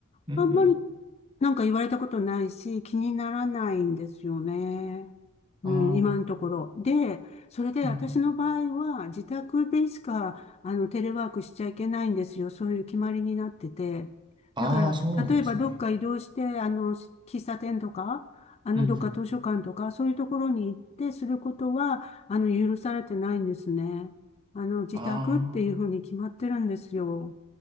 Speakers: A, on the right; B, on the left.
A: うん、
B: あんまり
A: うん、
B: なんか言われたことないし、気にならないんですよね。うん、
A: ああ、、
B: 今のところ。で、それで私の場合は自宅でしか、
A: うんうん、
B: あの、テレワークしちゃいけないんですよ。そういう決まりになってて。
A: ああ、
B: だから、
A: そうなんですね。
B: 例えばどっか移動して、あの、喫茶店とか、あの、
A: うん、うん、
B: どっか図書館とか、そういうところに行ってすることは、あの、許されてないんですね。あの、自宅っていうふうに決まってるんですよ。
A: あ